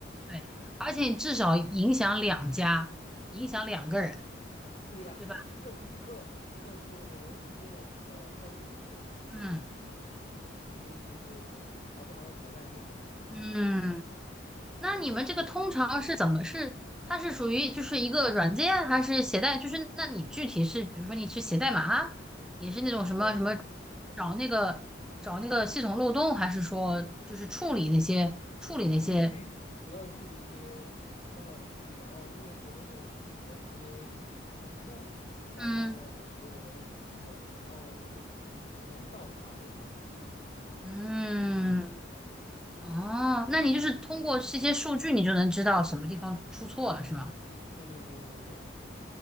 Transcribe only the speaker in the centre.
对，
而且你至少影响两家，影响两个人，
对吧？
嗯
嗯，那你们这个通常是怎么是？它是属于就是一个软件，还是携带？就是那你具体是，比如说你是写代码，也是那种什么什么
找那个找那个系统漏洞，还是说就是处理那些处理那些？
嗯
嗯哦，那你就是通过这些数据，你就能知道什么地方出错了，是吗？